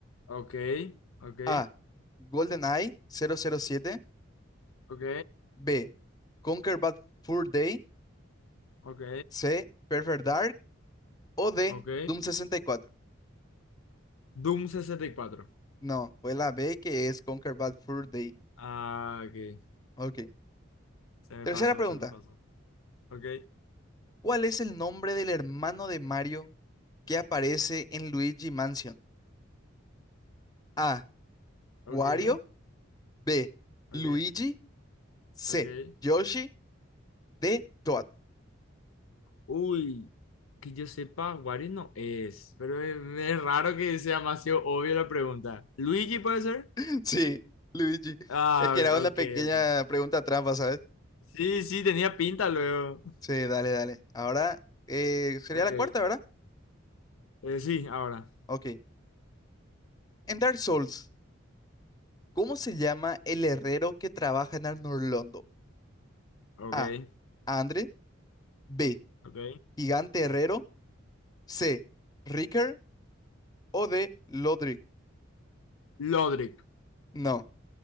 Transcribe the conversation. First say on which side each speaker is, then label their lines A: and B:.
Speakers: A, on the left; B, on the left.
A: Ok, ok,
B: A. GoldenEye cero cero siete.
A: ok,
B: B. Conquer Bad Fur Day.
A: ok,
B: C. Perfect Dark. O D.
A: ok.
B: Doom sesenta y cuatro.
A: Doom 64.
B: No, fue la B que es Conquer Bad Fur Day.
A: Ah, ok.
B: Ok.
A: Se me
B: Tercera
A: pasó,
B: pregunta.
A: se me pasó. Ok,
B: ¿Cuál es el nombre del hermano de Mario que aparece en Luigi Mansion? A.
A: ok,
B: Wario. B.
A: ok,
B: Luigi. C.
A: ok.
B: Yoshi. D. Toad.
A: Uy, que yo sepa, Wario no es, pero es, es raro que sea demasiado obvio la pregunta. ¿Luigi puede ser?
B: <laughs> Sí, Luigi.
A: Ah,
B: Es que era una
A: ok,
B: pequeña
A: ok.
B: pregunta trampa, ¿sabes?
A: Sí, sí, tenía pinta luego.
B: Sí, dale, dale. Ahora eh, sería
A: Ok,
B: la cuarta,
A: eh,
B: ¿verdad?
A: sí, ahora.
B: Ok. En Dark Souls, ¿cómo se llama el herrero que trabaja en Arnorlondo?
A: Ok,
B: A. Andre. B.
A: ok.
B: Gigante Herrero. C. Ricker. O D. Lodric.
A: Lodric.
B: No,